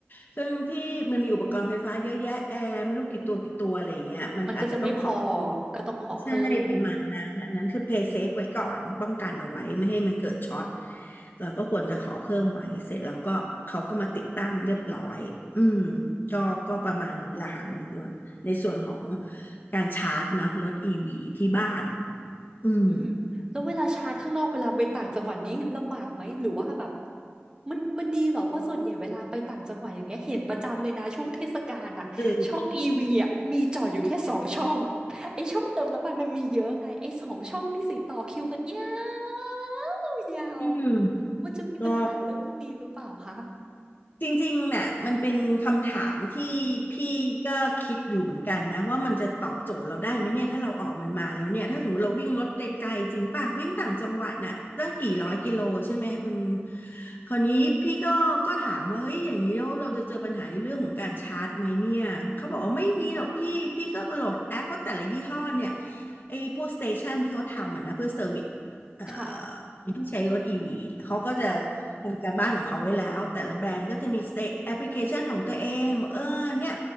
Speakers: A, on the left; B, on the right.
A: เครื่องที่มันมีอุปกรณ์ไฟฟ้าเยอะแยะแอร์ไม่รู้กี่ตัวกี่ตัวอะไรอย่างเงี้ยมันอาจจะต้องขอ
B: มันก็จะไม่พอก็ต้องขอเพิ่ม
A: ใช่ประมาณนั้นอันนั้นคือ pay safe ไว้ก่อนป้องกันเอาไว้ไม่ให้มันเกิดช็อตเราก็ควรจะขอเพิ่มไว้ เสร็จแล้วก็เขาก็มาติดตั้งเรียบร้อย อืมก็ก็ประมาณนี้แหละค่ะในส่วนในส่วนของการชาร์จเนาะรถอีวีที่บ้าน อืม
B: อืมแล้วเวลาชาร์จข้างนอกเวลาไปต่างจังหวัดนี้ลำบากไหมหรือว่าแบบมันมันดีเหรอเพราะส่วนใหญ่เวลาไปต่างจังหวัดอย่างเงี้ยเห็นประจำเลยนะช่วงเทศกาลน่ะช่องอีวีอ่ะมีจอดอยู่แค่สองช่อง
A: เออ
B: ไอช่องเติมน้ำมันมันมีเยอะไงไอสองช่องนี่สิต่อคิวกันยาวยาว
A: อืม
B: มันจะมีปัญหาเรื่องพวกนี้หรือเปล่าคะ
A: ก็ จริงๆเนี่ยมันเป็นคำถามที่พี่ก็คิดอยู่เหมือนกันนะว่ามันจะตอบโจทย์เราได้ไหมเนี่ยถ้าเราออกมันมาแล้วเนี่ยถ้าสมมติเราวิ่งรถไกลๆจริงป่ะวิ่งต่างจังหวัดน่ะตั้งกี่ร้อยกิโลใช่ไหมคุณคราวนี้พี่ก็ก็ถามว่าเฮ้ยอย่างนี้แล้วเราจะเจอปัญหาในเรื่องของการชาร์จไหมเนี่ยเขาบอกว่าไม่มีหรอกพี่พี่ก็โหลดแอปเพราะแต่ละยี่ห้อเนี่ยไอ้พวกสเตชันที่เขาทำอะนะเพื่อเซอร์วิส เอ่อ
B: ค่ะ
A: ที่ใช้รถ EV เนี่ยเขาก็จะ
B: ค่ะ
A: ทำการบ้านของเขาไว้แล้วแต่ละแบรนด์ก็จะมีสเตแอปพลิเคชันของตัวเองบอกเออเนี่ย